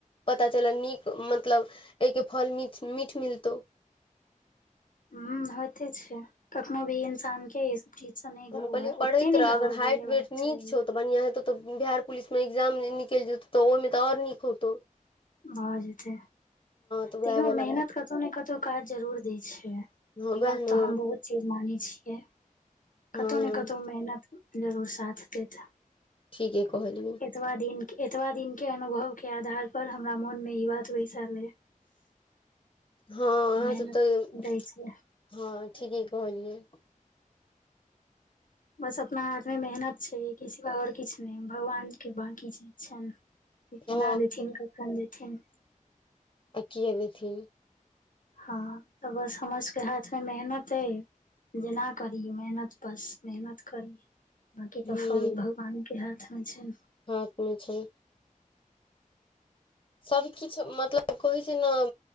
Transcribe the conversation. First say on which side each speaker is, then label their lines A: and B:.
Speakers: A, on the left; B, on the left.
A: पता चलल नीक मतलब एइके फल मीठ मीठ मिलतहु
B: हम्म होइते छै कखनो भी इंसान के चीज से नहि
A: हम
B: ग
A: कहलियै पढ़ैत
B: ओते नहि
A: रह
B: घबरेबाक
A: अगर हाइट वेट नीक
B: चाही
A: छौ तऽ बढ़िया हेतौ त बिहार पुलिस में एकग्जाम निकलि जेतौ तऽ ओहिमे तऽ आओर नीक होेतौ
B: भऽ जेतै
A: तऽ वएह
B: तैयो
A: वाला
B: मेहनत
A: बात
B: कतहु ने कतहु काज जरूर दै छै ई
A: हँ वएह
B: बात
A: ने
B: तऽ हम बहुत चीज मानइ छियै
A: हँ
B: कतहु ने कतहु मेहनत जरूर साथ देत
A: ठीके कहलियै
B: एतबा दिन के एतबा दिन के अनुभव के आधार पर हमरा मोन में ई बात बैसल अय
A: हँ आहाँ
B: मेहनत
A: सब तऽ
B: दै छै
A: हँ ठीके कहलियै
B: बस अपना हाथ मे मेहनत छै किसी ब आओर किछु नहि भगवान के बकी चीज छ ने केना
A: हँ
B: देखिन कखन देथिन
A: अकीयबेथिन
B: हँ तऽ बस हमर सबके हाथ में मेहनत अय जेना करी मेहनत बस मेहनत करी बाकी
A: हूँ
B: तऽ फल भगवान के हाथ में छै
A: हाथ में छै सभकिछ मतलब कहै छै ने